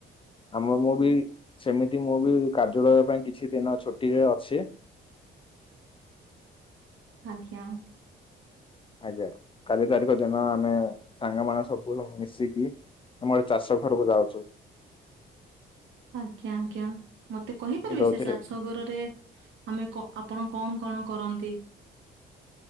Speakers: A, on the left; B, on the right.
A: ଆମ ମୁଁ ବି ସେମିତି ମୁଁ ବି କାର୍ଯ୍ୟାଳୟ ପାଇଁ କିଛି ଦିନ ଛୁଟିରେ ଅଛି।
B: ଆଜ୍ଞା।
A: ଆଜ୍ଞା। କାଲି ତାରିଖ ଦିନ ଆମେ ସାଙ୍ଗମାନଙ୍କ ବୁ ମିଶିକି ଆମର ଚାଷ ଘରକୁ ଯାଉଛୁ।
B: ଆଜ୍ଞା ଆଜ୍ଞା ମତେ କହିପାରିବେ
A: ଯୋଉଥିରେ
B: ସେ ଚା ଷ ଘରରେ ଆମେ କ ଆପଣ କଣ କଣ କରନ୍ତି?